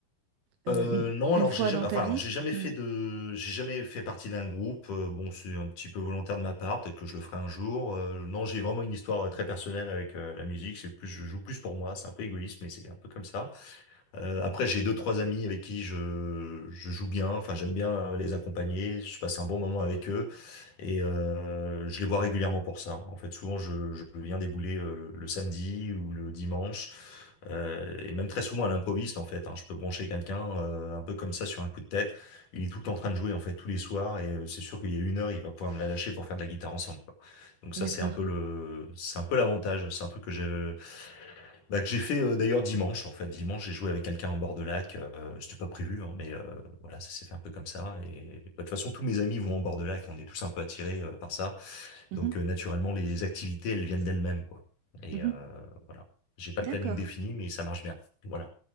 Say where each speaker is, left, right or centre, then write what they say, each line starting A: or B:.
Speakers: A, on the right; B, on the left.
A: Euh,
B: Euh,
A: une,
B: non, alors
A: une fois
B: j'ai jamais,
A: dans
B: enfin,
A: ta vie?
B: j'ai jamais
A: Hmm,
B: fait de, j'ai jamais fait partie d'un groupe. Euh, bon, c'est un petit peu volontaire de ma part. Peut-être que je le ferai un jour. Euh, non, j'ai vraiment une histoire euh, très personnelle avec euh, la musique. C'est plus, je joue plus pour moi. C'est un peu égoïste, mais c'est un peu comme ça. Euh, après, j'ai deux, trois amis avec qui je, je joue bien. Enfin, j'aime bien euh, les accompagner. Je passe un bon moment avec eux et euh, je les vois régulièrement pour ça. En fait, souvent, je, je viens débouler euh, le, le samedi ou le dimanche euh, et même très souvent à l'improviste, en fait. hein. Je peux brancher quelqu'un euh, un peu comme ça sur un coup de tête. Il est tout le temps en train de jouer, en fait, tous les soirs et euh, c'est sûr qu'il y a une heure, il va pouvoir me la lâcher pour faire de la guitare ensemble. quoi. Donc ça,
A: D'accord.
B: c'est un peu le, c'est un peu l'avantage. C'est un truc que j'ai bah, que j'ai fait euh, d'ailleurs dimanche en fait. Dimanche, j'ai joué avec quelqu'un en bord de lac. Euh, c'était pas prévu, hein, mais euh, voilà, ça s'est fait un peu comme ça. Et bah, de toute façon, tous mes amis vont en bord de lac. On est tous un peu attirés euh, par ça.
A: Mhm,
B: Donc euh, naturellement, les activités, elles viennent d'elles-mêmes, quoi. Et
A: mhm.
B: euh, voilà. J'ai pas de
A: D'accord.
B: planning défini, mais ça marche bien. Voilà.